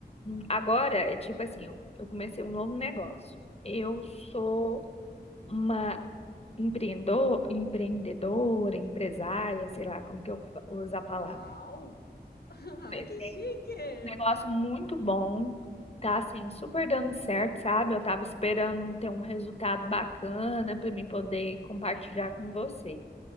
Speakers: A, on the left; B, on the left.
A: hum, agora, é tipo assim, eu, eu comecei um novo negócio. Eu sou uma empreendedor, empreendedora, empresária, sei lá como que eu fa- uso a
B: Uau!
A: palavra.
B: <laughs> Ai,
A: Mas
B: que
A: Tem
B: chique!
A: um negócio muito bom, tá assim, super dando certo, sabe? Eu tava esperando ter um resultado bacana pra mim poder compartilhar com você.